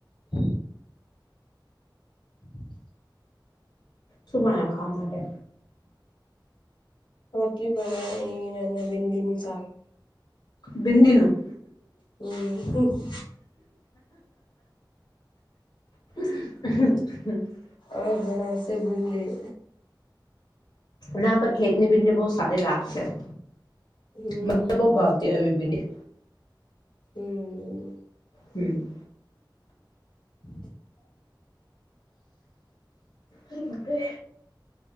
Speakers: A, on the left; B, on the left.
A: હ હમ
B: સુમાણો ખાવા માટે
A: રોટલી બના ના ભિંદીની સાક
B: ભિડીનું.
A: હમ
B: <inaudible>
A: ઓ બા છે બંદલી
B: ના પર ખેતની બિંને બહુ સાર લાાગસ હ
A: હમ
B: મ બઉ ભાવતી આવી ભીડી
A: હમ
B: હમ
A: <inaudible>
B: અરે પપે